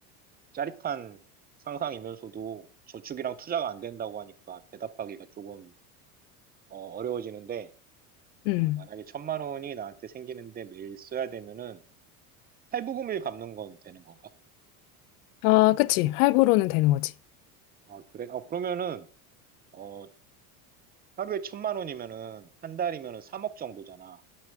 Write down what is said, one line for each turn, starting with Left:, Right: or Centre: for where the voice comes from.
Right: 짜릿한 상상이면서도 저축이랑 투자가 안 된다고 하니까 대답하기가 조금 어, 어려워지는데,
Left: 응.
Right: 어, 만약에 천만 원이 나한테 생기는데 매일 써야 되면은, 탈부금을 갚는 건 되는 건가?
Left: 아, 그치. 할부로는 되는 거지.
Right: 아, 그래? 어, 그러면은, 어, 하루에 천만 원이면은, 한 달이면은 3억 정도잖아.